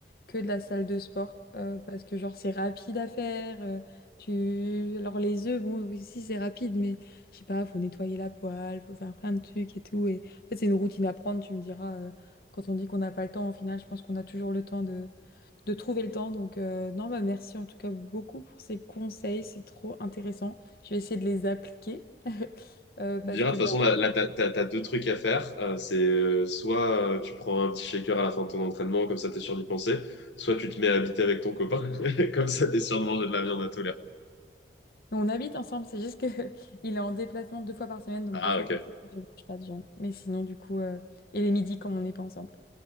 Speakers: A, on the left (about 55°); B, on the left (about 80°).
A: que de la salle de sport, euh, parce que genre c'est rapide à faire. euh, tu... Alors les œufs, bon aussi c'est rapide, mais je sais pas, faut nettoyer la poêle, faut faire plein de trucs et tout. Et... En fait c'est une routine à prendre, tu me diras, euh, quand on dit qu'on n'a pas le temps, au final je pense qu'on a toujours le temps de, de trouver le temps. Donc euh, non, bah merci en tout cas beaucoup pour ces conseils, c'est trop intéressant. Je vais essayer de les appliquer. <laughs> Euh, parce
B: Je dirais,
A: que
B: de toute
A: bah,
B: façon, là, là t'as, t'as- t'as deux trucs à faire. Euh, c'est euh, soit euh, tu prends un petit shaker à la fin de ton entraînement, comme ça t'es sûr d'y penser, soit tu te mets à habiter avec ton copain, <laughs> comme ça t'es sûr de manger de la viande à tous les repas.
A: On habite ensemble, c'est juste que <laughs> il est en déplacement deux fois par semaine, donc
B: Ah,
A: deux fois
B: ok,
A: par semaine, je ne mange pas de viande. Mais sinon, du coup, euh, et les midis, comme on n'est pas ensemble.